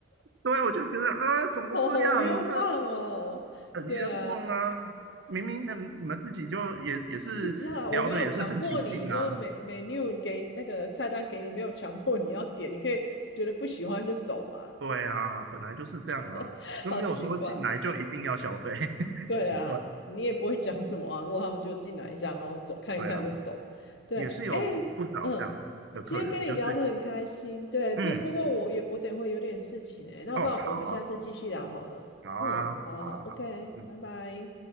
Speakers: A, on the right (about 70°); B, on the left (about 65°).
A: 对啊，我就觉得，呃，怎么这样？
B: 哦，好冤枉哦。
A: 这很冤枉啊！
B: 对啊，
A: 明明他们你们自己就也也是聊的也是很起劲啊，
B: 自己下来我没有强迫你，说每 n e w 给那个菜单给你，没有强迫你要点，你可以觉得不喜欢就走嘛，
A: 对啊，本来就是这样啊，
B: <laughs>
A: 又没有说进来就一定要消费，
B: 好奇怪。
A: <laughs>
B: 对啊，
A: 奇怪，
B: 你也不会讲什么啊。如果他们就进来一下，然后走，看一看就走。
A: 对啊，
B: 对，
A: 也是有不少这样的客人，
B: 哎，嗯，今天跟你聊得很开心。
A: 就是
B: 对，不不过我有我等会有点事情哎、
A: 嗯，
B: 那不然我们下次继续聊好了。
A: 哦，好啊，好啊，
B: 嗯，好好，OK，
A: 好啊，好啊嗯。
B: 拜拜。